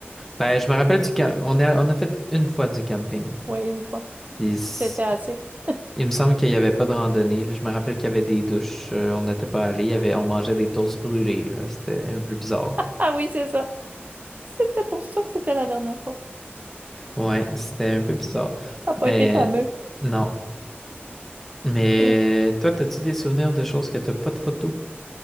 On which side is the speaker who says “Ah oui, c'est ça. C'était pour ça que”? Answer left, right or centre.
Right